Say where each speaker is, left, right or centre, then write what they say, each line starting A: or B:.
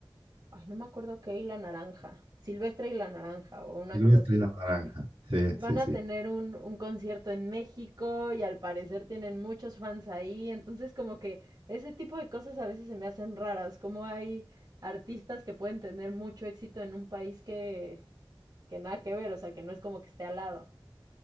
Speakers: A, on the right; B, on the right.
A: ay, no me acuerdo qué, y la Naranja, Silvestre y la Naranja o una
B: Silvestre
A: cosa así.
B: y la Naranja. Sí,
A: Van
B: sí,
A: a
B: sí.
A: tener un, un concierto en México y al parecer tienen muchos fans ahí, entonces como que ese tipo de cosas a veces se me hacen raras, como hay artistas que pueden tener mucho éxito en un país que, que nada que ver, o sea, que no es como que esté al lado,